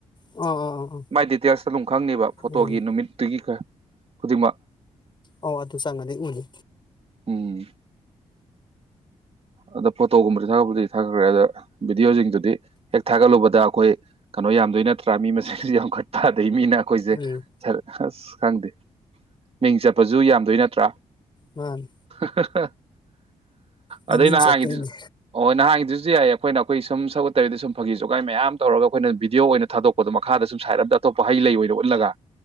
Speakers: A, on the left; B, on the right.
A: ꯑꯥ ꯑꯥ ꯑꯥ
B: ꯃꯥꯏ ꯗꯤꯇꯦꯜꯁꯇ ꯑꯗꯨꯝ ꯈꯪꯅꯦꯕ ꯐꯣꯇꯣꯒꯤ
A: ꯎꯝ
B: ꯅꯨꯃꯤꯠꯇꯨꯒꯤ ꯈꯔ ꯈꯨꯗꯤꯡꯃꯛ
A: ꯑꯧ ꯑꯗꯨꯨ ꯆꯪꯉꯗꯤ ꯎꯅꯤ
B: ꯎꯝ ꯑꯗ ꯐꯣꯇꯣꯒꯨꯝꯕꯗꯤ ꯊꯥꯒꯠꯄꯕꯨꯗꯤ ꯊꯥꯒꯠꯈ꯭ꯔꯦ ꯑꯗ ꯚꯤꯗꯤꯑꯣꯁꯤꯡꯗꯨꯗꯤ ꯍꯦꯛ ꯊꯥꯒꯠꯂꯨꯕꯗ ꯑꯩꯈꯣꯏ ꯀꯩꯅꯣ ꯌꯥꯝꯗꯣꯏ ꯅꯠꯇ꯭ꯔꯥ ꯃꯤ ꯃꯁꯤꯡꯁꯤ ꯌꯥꯝꯈꯠꯥꯗꯩ ꯃꯤꯅ ꯑꯩꯈꯣꯏꯁꯦ
A: ꯎꯝ
B: ꯑꯁ ꯈꯪꯗꯦ ꯃꯤꯡ ꯆꯠꯄꯁꯨ ꯌꯥꯝꯗꯣꯏ ꯅꯠꯇ꯭ꯔꯥ
A: ꯃꯥꯅꯤ
B: <unintelligible>
A: ꯃꯃꯤꯡ
B: ꯑꯗꯩ ꯅꯍꯥꯟꯉꯤꯗꯨꯁꯨ
A: ꯆꯠꯇꯣꯏꯅꯦ
B: ꯑꯣꯣꯏ ꯅꯍꯥꯟꯒꯤꯗꯨꯁꯨ ꯍꯧꯖꯤ ꯌꯥꯏ ꯑꯩꯈꯣꯏꯅ ꯑꯩꯈꯣꯏ ꯁꯒ ꯎꯠꯇꯕꯤꯗ ꯁꯨꯝ ꯐꯥ ꯖꯒꯥꯏ ꯃꯌꯥꯝ ꯇꯧꯔꯒ ꯑꯩꯈꯣꯏꯅ ꯚꯗꯤꯑꯣ ꯑꯣꯏꯅ ꯊꯥꯗꯣꯛꯄꯗꯣ ꯃꯈꯥꯗ ꯁꯨꯝ ꯁꯥꯏꯠ ꯑ ꯑꯃꯗ ꯑꯇꯣꯞꯄ ꯍꯩ ꯂꯩ ꯑꯣꯏꯅ ꯎꯠꯂꯒ